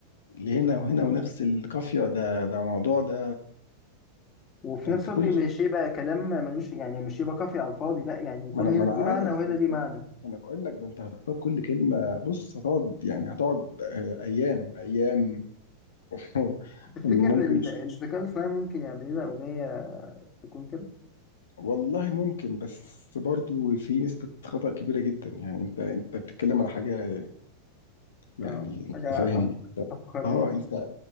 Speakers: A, on the left; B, on the left.
A: اللي هنا وهنا ونفس القافيه ده ده موضوع ده
B: وفي
A: ده
B: نفس
A: انت
B: الوقت
A: كل
B: مش يبقى كلام ملوش يعني مش يبقى كافي على الفاضي لا يعني يكون
A: ما انا ما
B: هنا
A: انا
B: ليه
A: عارف
B: معنى وهنا
A: ده انت
B: ليه معنى
A: انا بقول لك ده انت هتختار كل كلمه بص هتقعد يعني هتقعد آه، ايام ايام <laughs>
B: تفتكر
A: ممكن
B: ال- الذكاء الاصطناعي ممكن يعمل لنا أغنية تكون كده؟
A: والله ممكن بس برضو في نسبه خطأ كبيره جدا يعني انت انت بتتكلم على حاجه يعني
B: اه
A: انت
B: حاجة عب-
A: فاهم
B: عبقرية
A: اه انت